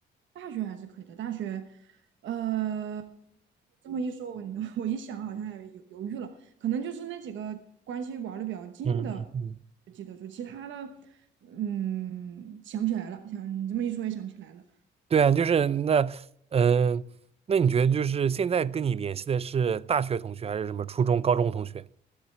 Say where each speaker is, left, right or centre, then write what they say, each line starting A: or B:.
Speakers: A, on the right (about 70°); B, on the right (about 30°).
A: 大学还是可以的，大学，呃，这么一说，我 <laughs> 我一想好像也犹犹豫了，可能就是那几个关系玩的比较近的
B: 嗯嗯嗯
A: 就记得住，其他的，嗯，想不起来了，想你这么一说也想不起来了。
B: 对啊，就是那，嗯、那你觉得就是现在跟你联系的是大学同学还是什么初中、高中同学？